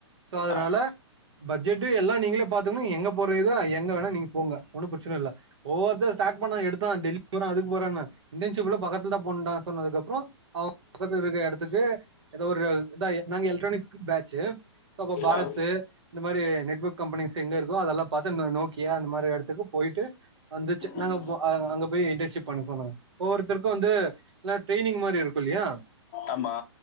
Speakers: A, on the right (about 70°); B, on the left (about 35°).
A: சோ அதுனால
B: ஆ
A: பஜ்ஜேடு எல்லா நீங்குளே பாத்துக்கனு எங் எங்க போறி எதோ எங்க வேணா நீங் போங்க ஒன்னு பிரச்சின்ன இல்ல ஒவ்வொருத்த ஸ்டார்ட் பண்ண எடுத் டோ டெலிட் போற அதுக்கு போறன்ன இன்டர்ன்ஷிப்ல பக்கத்து தா போண்டா சொன்னதுக்கப்புறோ அவுங் பக்கத்து இருக்குற எடத்துக்கு ஏதோ ஒரு எந்தா நாங்க எல்ட்ரானிக் க்கு பேட்ச்சுஇப்ப பாரத்து
B: ஆ
A: இந்த மாரி நெட்வொர்க் கம்பெனிஸ்சுங்கு இருக்கோ அதெல்லா பாத்து நோ நோக்கியா இந்த மாதிரி எடத்துக்கு போயிட்டு வந்துச்சு நாங்க
B: ம்
A: போ அங் அங்க க்கி இன்டர்ஷிப் பண்ணிகோனு ஒவ்வொருத்தருக்கும் வந்து என்னா ட்ரைனிங் மாரி இருக்குல்லியா
B: ஆமா